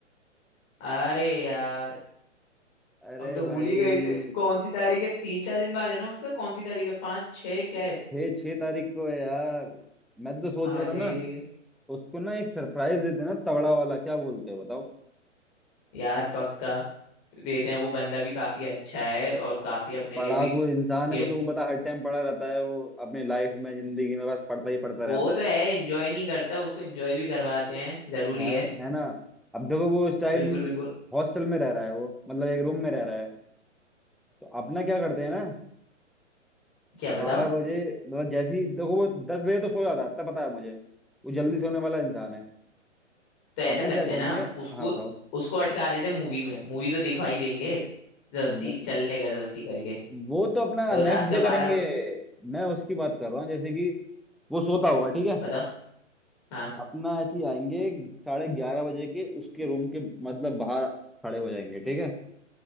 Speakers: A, on the left; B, in the centre.
A: अरे यार
B: अरे
A: हम तो
B: भाई
A: भूल ही गए थे कौन सी तारीख है तीन चार दिन बाद है ना उसका कौन सी तारीख है पाँच छः क्या है
B: छः छः तारीख को है यार मैं तो सोच
A: अरे
B: रहा था ना उसको ना एक सरप्राइज देते ना तगड़ा वाला क्या बोलते हो बताओ
A: यार पक्का देते हैं वो बंदा भी काफी अच्छा है और काफी अपने
B: पढ़ाकू
A: लिए भी
B: इंसान
A: गिफ्ट
B: है वो तुम्हें पता हर टाइम पढ़ा रहता है वो अपनी लाइफ में जिंदगी में बस पढ़ता ही पढ़ता
A: वो
B: रहता
A: तो
B: है
A: है एंजॉय नहीं करता उसको एंजॉय भी करवाते हैं जरूरी
B: है
A: है
B: है ना अब देखो वो उस टाइम
A: बिल्कुल बिल्कुल
B: हॉस्टल में रह रहा है वो मतलब एक रूम में रह रहा है तो अपना क्या करते हैं ना
A: क्या बताओ
B: बारह बजे मतलब जैसे ही देखो वो दस बजे तो सो जाता है इतना पता है मुझे वो जल्दी सोने वाला इंसान है
A: तो ऐसा
B: अपना
A: करते
B: क्या करेंगे
A: हैं ना हम उसको
B: हाँ बताओ
A: उसको अटका देते हैं मूवी में मूवी तो दिखा ही देंगे जबरदस्ती
B: वो
A: चल लेगा जबरदस्ती करके
B: वो तो अपना
A: तो
B: नेक्स्ट
A: रात का
B: डे करेंगे
A: बारह
B: मैं उसकी बात कर रहा हूँ जैसे कि वो सोता होगा ठीक है
A: बताओ हाँ
B: अपना ऐसे ही आएंगे साढ़े ग्यारह बजे के उसके रूम के मतलब बाहर खड़े हो जाएंगे ठीक है